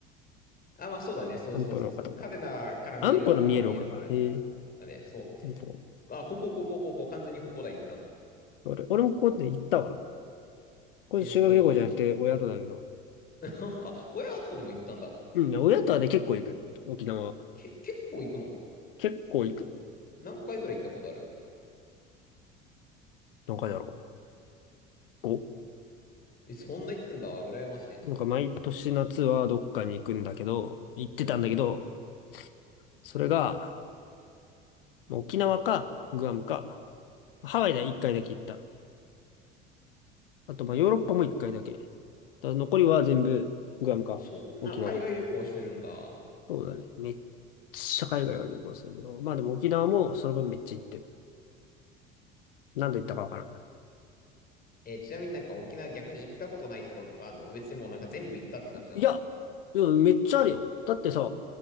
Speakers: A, on the left; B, on the left.
A: あ、まあそうだね。そうそうそうそう。
B: 安保の丘とか。
A: 嘉手納から見える安保の見える丘
B: 安保の見える丘か。へえ。
A: だね。そ
B: 安保。
A: う。あ、ここ、ここ、ここ、完全にここだ、行ったの。
B: 俺、俺もここで行ったわ。これ修学旅行じゃなくて親とだけど。
A: え、そう。<laughs> あ、親とでも行ったんだ。
B: うん、親とはね、結構行く。沖縄。
A: け、結構行くの
B: 結構行く。
A: 何回ぐらい行ったことある
B: 何回だろう。ご
A: え、そんな行ってんだ。羨ましいな。
B: なんか毎年夏はどっかに行くんだけど、行ってたんだけど、
A: うん。
B: それが、沖縄か、グアムか、ハワイで1回だけ行った。あと、まあ、ヨーロッパも一回だけ。だから残りは全部、グアムか、
A: そんな海外旅行してるんだ。
B: 沖縄。そうだね。めっちゃ海外は旅行するけど。まあでも沖縄もその分めっちゃ行ってる。何度行ったかわからん。
A: えーちなみになんか沖縄逆に行ったことないところとかあんの別にもうなんか全部行ったって感じだな。
B: いや、でもめっちゃあるよ。だってさ、